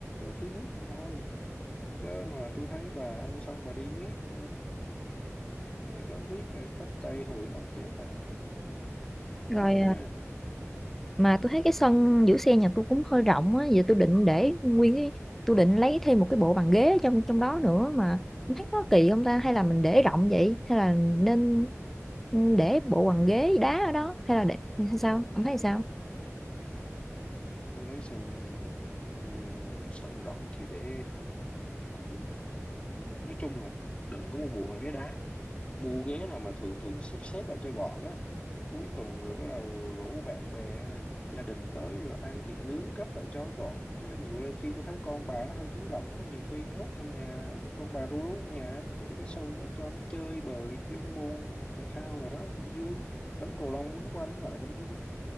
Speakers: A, on the left; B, in the centre.
A: tưới nước không thôi chứ mà tôi thấy bà ăn xong bà đi miết ừ, để đó miết rồi cắt cây hồi nó không chết à ừ. khó
B: rồi
A: nha
B: à, mà tôi thấy cái sân giữ xe nhà tôi cũng hơi rộng á giờ tôi định để nguyên cái tôi định lấy thêm một cái bộ bàn ghế ở trong trong đó nữa mà không thấy có kỳ không ta hay là mình để rộng vậy hay là nên ừ, để bộ bàn ghế đá ở đó hay là để hay sao ông thấy sao
A: tôi lấy sân ừ, sân rộng thì để cũng nói chung là đừng có mua bùa bằng ghế đá mua ghế nào mà thường thường xếp xếp lại cho gọn á cuối tuần rồi bắt đầu rủ bạn bè hay là gia đình tới rồi ăn thịt nướng gấp lại cho gọn chứ nhiều nơi khi tôi thấy con bà nó hơi hiếu động á nhiều khi nhốt trong nhà con bà ru rú trong nhà á, thì để cái sân đó cho nó chơi bời chứ môn thể thao nào đó cũng vui đánh cầu lông đánh qua đánh lại cũng vui